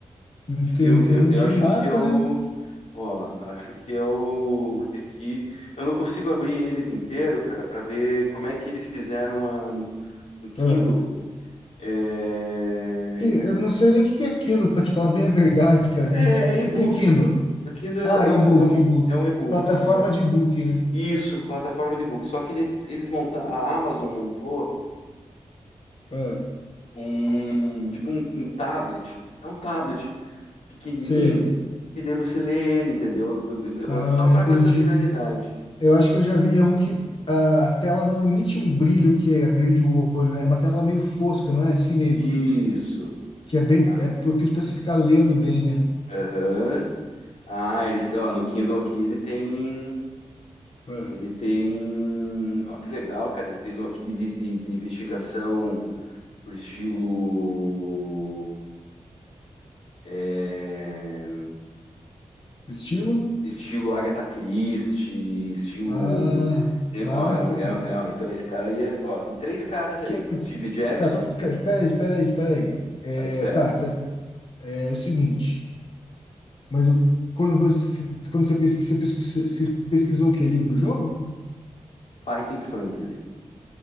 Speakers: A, on the left; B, on the left.
A: ente-
B: Acho que
A: Entendi.
B: eu, eu, eu acho
A: Massa,
B: que é o.
A: né?
B: Ó, acho que é o. Que aqui. Eu não consigo abrir eles inteiro, cara, para ver como é que eles fizeram a, no, no Kindle.
A: Ah,
B: É,
A: que- eu não sei nem o que que é Kindle, pra te falar bem a verdade, cara.
B: é, é e-book.
A: O que é Kindle?
B: O Kindle
A: Ah,
B: é, é
A: e-book,
B: um, é um,
A: e-book.
B: é um e-book,
A: Plataforma
B: entendeu?
A: de e-book, né?
B: Isso, uma plataforma de e-book. Só que ele, eles montaram. A Amazon montou
A: Ah,
B: um. Tipo um, um tablet. É um tablet pequenininho.
A: sei.
B: Que daí você lê ele, entendeu? Eu, eu, eu
A: Ah,
B: vou só para
A: entendi.
B: com essa finalidade.
A: Eu acho que eu já vi um que a tela não emite um brilho que agride o olho, né? É uma tela meio fosca, não é assim meio
B: Isso.
A: que. que é bem,
B: Ah,
A: é propício para você ficar lendo bem, né?
B: Aham. Ah, eles têm, ó, no Kindle aqui ele tem.
A: É.
B: Ele tem. Ó, que legal, cara. Ele fez um aqui de, vi- de- de investigação por estilo. é,
A: Estilo?
B: estilo Agatha Christie, estilo.
A: Ah,
B: tem-
A: massa,
B: ó, é um- é-
A: cara.
B: é, ó, então esse cara aí é, ó, tem três caras aí.
A: Que,
B: Steve Jackson,
A: tá, cara, espera aí, espera aí, espera aí. É,
B: tá, espero.
A: tá, tá, é o seguinte, mas o- quando você, quando você pesquisa, você pesquisa- você pesquisou o quê? Livro-jogo?
B: Fighting Fantasy.